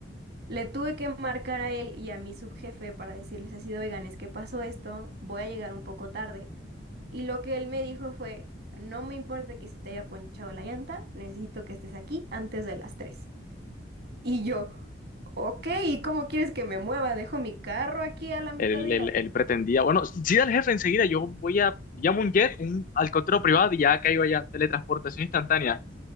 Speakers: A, on the right (about 55°); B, on the left (about 45°).
A: Le tuve que marcar a él y a mi subjefe para decirles así, de, oigan, es que pasó esto, voy a llegar un poco tarde. Y lo que él me dijo fue, no me importa que se te haya ponchado la llanta, necesito que estés aquí antes de las 3. Y yo, ok, ¿y cómo quieres que me mueva? Dejo mi carro aquí a la mitad
B: Él,
A: de
B: él-
A: la... <laughs>
B: él pretendía... Bueno, sí, al jefe enseguida, yo voy a... Llamo un jet, un helicóptero privado y ya caigo allá. Teletransportación instantánea.